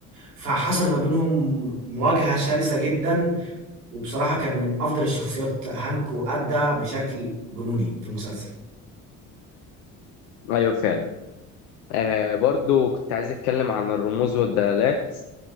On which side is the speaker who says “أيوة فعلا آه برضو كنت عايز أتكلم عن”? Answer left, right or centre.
Left